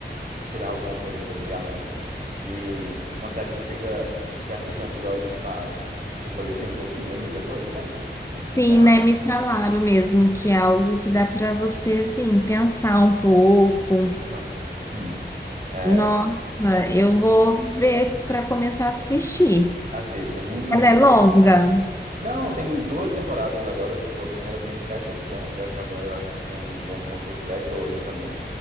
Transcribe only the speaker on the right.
tirar alguma coisa dali além. E uma série que te fica, te- você assiste um episódio e te faz refletir um pouquinho ali depois, sabe? Então,
aham. Hum. É,
assiste, é muito, muito
bom.
Não, tem duas temporadas agora, tipo, a primeira tem sete episódios, essa agora eu acho que tem, vão, vão ter sete ou oito também.